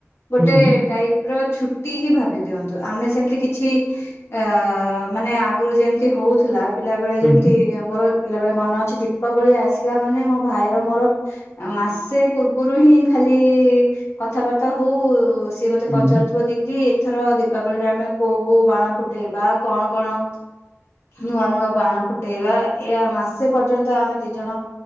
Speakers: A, on the left; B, on the right.
A: ଗୋଟେ
B: ହୁଁ, ହୁଁ,
A: ଟାଇପ୍ ର ଛୁଟି ହିଁ ଭାବି ଦିଅନ୍ତୁ। ଆମେ ସେ ସେମିତି କିଛି ଅ ମାନେ ଆଗରୁ ଯେମିତି ହୋଉଥିଲା ପିଲା ବେଳେ
B: ହୁଁ,
A: ଯେମିତି
B: ହୁଁ,
A: ମୋର ପିଲାବେଳେ ମନେ ଅଛି। ଦୀପାବଳି ଆସିଲା ମାନେ ମୋ ଭାଇର ମୋର ମାସେ ପୂର୍ବରୁ ହିଁ ଖାଲି କଥାବାର୍ତ୍ତା ହୋଉ ସିଏ ମତେ
B: ହୁଁ,
A: ପଚାରୁଥିବ
B: ହୁଁ,
A: ଦିଦି ଏଥର ଦୀପାବଳିରେ ଆମେ କୋଉ କୋଉ ବାଣ ଫୁଟେଇବା। କଣ କଣ ନୂଆ ନୂଆ ବାଣ ଫୁଟେଇବା ଏ ମାସେ ପର୍ଯ୍ୟନ୍ତ ଆମେ ଦି ଜଣ